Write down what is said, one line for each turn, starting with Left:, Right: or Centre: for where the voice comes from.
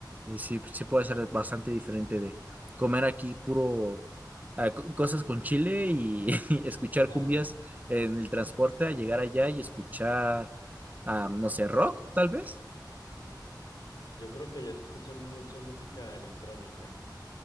Right: sí, sí, sí puede ser bastante diferente de comer aquí puro ah, co- cosas con chile y, <laughs> y escuchar
Left: <laughs> Ajá.
Right: cumbias en el transporte a llegar allá y escuchar, ah, no sé, rock tal vez.
Left: Yo creo que ya se escucha mucha música electrónica.